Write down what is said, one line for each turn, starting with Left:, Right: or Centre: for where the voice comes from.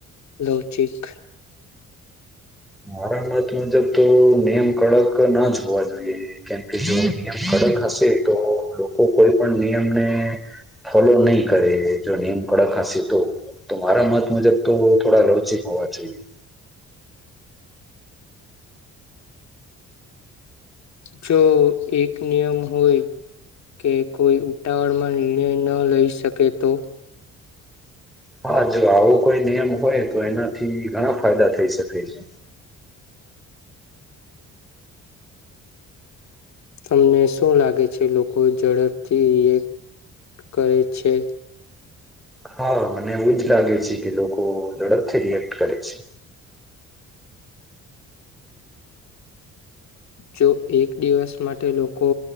Left: લોચિક
Centre: મારા મત મુજબ તો નિયમ કડક ના જ હોવા જોઈએ કેમ કે જો નિયમ કડક હશે તો લોકો કોઈ પણ નિયમને ફોલો નહીં કરે જો નિયમ કડક હશે તો તો મારા મત મુજબ તો થોડા રવચિક હો વા જઈએ
Left: જો એક નિયમ હોય કે કોઈ ઉતાવળમાં નિર્ણય ન લઈ શકે તો
Centre: હા જો આવો કોઈ નિયમ હોય તો એનાથી ઘણા ફાયદા થઈ શકે છે.
Left: તમને શું લાગે છે લોકો ઝડપથી રિએક કરે છે.
Centre: હા મને એવું જ લાગે છે કે લોકો ઝડપથી રિએક્ટ કરે છે.
Left: જો એક દિવસ માટે લોકો